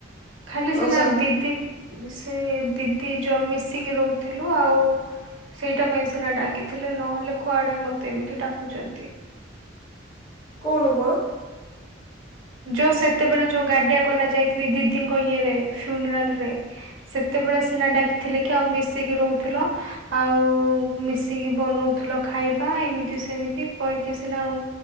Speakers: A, on the right; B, on the left.
A: ଖାଲି
B: ମଉସା
A: ସିନା ଦିଦି ସେ ଦିଦି ଯ ମିଶିକି ରହୁଥିଲୁ ଆଉ ସେଇଟା ପାଇଁ ସିନା ଡାକିଥିଲେ ନହେଲେ କୁଆଡ଼େ ମୋତେ ଏମିତି ଡାକୁଛନ୍ତି।
B: କଣ କଣ?
A: ଯୋଉ ସେତେବେଳେ ଯୋଉ ଗାଡିଆ କଲା ଯାଇଥିଲି ଦିଦିଙ୍କ ଇଏରେ ଫ୍ୟୁନରାଲରେ। ସେତେବେଳେ ସିନା ଡାକିଥିଲେ କି ଆଉ ମିଶିକି ରହୁଥିଲ। ଆଉ ମିଶିକି ବନଉଥିଲ ଖାଇବା ଏମିତି ସେମିତି କହିକି ସିନା ଆଉ